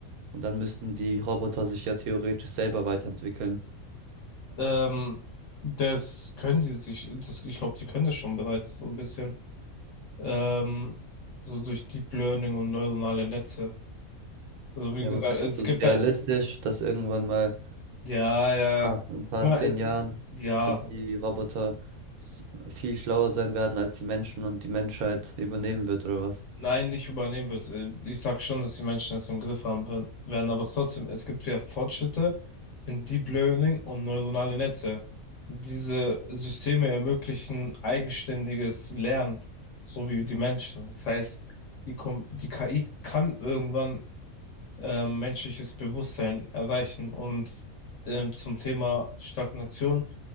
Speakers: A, on the right; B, on the left.
A: und dann müssten die Roboter sich ja theoretisch selber weiterentwickeln.
B: Ähm, das können die sich, das, ich glaube, die können das schon bereits so ein bisschen. Ähm, so durch Deep Learning und neuronale Netze. Also wie
A: Ja,
B: gesagt,
A: aber findest
B: es
A: du
B: gibt
A: es realistisch,
B: da,
A: dass irgendwann mal
B: ja, ja,
A: paar,
B: ja.
A: in ein paar
B: guck mal,
A: zehn
B: äh,
A: Jahren,
B: ja,
A: dass die Roboter s- viel schlauer sein werden als die Menschen und die Menschheit übernehmen wird oder was?
B: Nein, nicht übernehmen wird. Äh, Ich sag schon, dass die Menschen das im Griff haben wer- werden, aber trotzdem, es gibt ja Fortschritte in Deep Learning und neuronale Netze. Diese Systeme ermöglichen eigenständiges Lernen, so wie die Menschen. Das heißt, die, Kom die KI kann irgendwann ähm, menschliches Bewusstsein erreichen. Und ähm, zum Thema Stagnation,